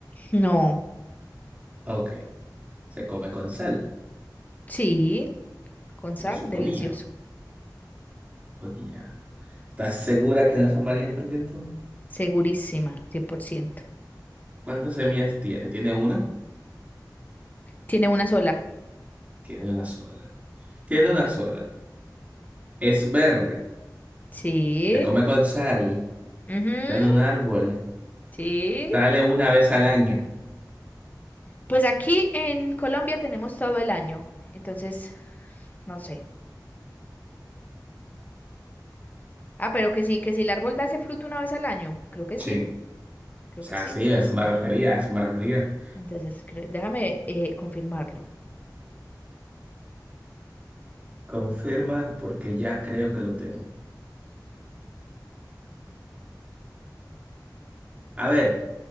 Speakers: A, on the left; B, on the right.
A: No,
B: Ok, se come con sal.
A: sí, con
B: Lo
A: sal,
B: suponía,
A: delicioso.
B: suponía. ¿Estás segura que no es amarilla por dentro?
A: Segurísima, 100%.
B: ¿Cuántas semillas tiene? ¿Tiene una?
A: Tiene una sola.
B: Tiene una sola. Tiene una sola. Es verde.
A: Sí,
B: Se come con sal,
A: ujú,
B: está en un árbol,
A: sí.
B: sale una vez al año.
A: Pues aquí en Colombia tenemos todo el año, entonces, no sé. Ah, pero que sí, que si el árbol da ese fruto una vez al año. Creo que
B: Sí,
A: sí,
B: o
A: creo
B: sea,
A: que sí,
B: sí,
A: creo
B: a
A: que
B: eso
A: sí.
B: me refería, a eso me refería.
A: Entonces, cre- déjame eh, confirmarlo.
B: Confirma porque ya creo que lo tengo. A ver,